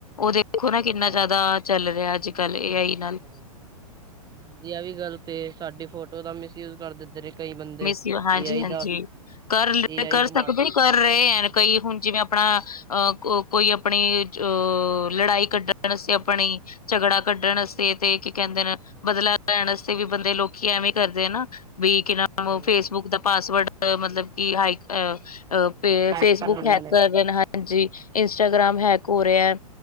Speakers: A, on the left (about 75°); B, on the right (about 20°).
A: ਓਦੇ ਦੇਖੋ ਨਾ
B: ਹਾਂਜੀ
A: ਕਿੰਨਾ ਜ਼ਿਆਦਾ ਚੱਲ ਰਿਆ ਅੱਜ-ਕੱਲ ਏ ਆਈ ਨਾਲ।
B: ਹਾਂਜੀ, ਆਹ ਵੀ ਗੱਲ ਤੇ ਸਾਡੀ ਫੋਟੋ ਦਾ ਮਿਸ-ਯੂਜ਼ ਕਰ ਦਿੰਦੇ ਨੇ। ਕਈ ਬੰਦੇ
A: ਮਿਸ ਯੂ ਹਾਂਜੀ-ਹਾਂਜੀ,
B: ਏ ਆਈ ਦਾ
A: ਕਰ ਲੇਂ
B: ਏ ਆਈ
A: ਕਰ ਸਕਦੇ
B: ਬਣਾ ਕੇ
A: ਨਈ ਕਰ ਕਰ ਰਏ ਐ ਕਈ ਹੁਣ ਜਿਵੇਂ ਆਪਣਾ ਅ ਕੋ ਕੋਈ ਆਪਣੀ ਅ ਲੜਾਈ ਕੱਢਣ ਅਸਤੇ ਅਪਣੀ ਝਗੜਾ ਕੱਢਣ ਅਸਤੇ ਤੇ ਕੀ ਕਹਿੰਦੇ ਨੇ ਬਦਲਾ ਲੈਣ ਆਸਤੇ ਵੀ ਬੰਦੇ ਲੋਕੀ ਐਵੇਂ ਈ ਕਰਦੇ ਐ ਨਾ ਵਈ ਕ
B: ਹੂੰ
A: ਫੇਸਬੁਕ ਦਾ ਪਾਸਵਰਡ ਮਤਲਬ ਕਿ ਹਾਈਕ ਅ
B: ਹੈਕ
A: ਫੇਸਬੁਕ
B: ਕਰ ਲੈਂਦੇ
A: ਹੈਕ ਕਰ ਰਏ ਨੇ ਹਾਂਜੀ, ਇੰਸਟਾਗ੍ਰਾਮ ਹੈਕ ਹੋ ਰਿਆ।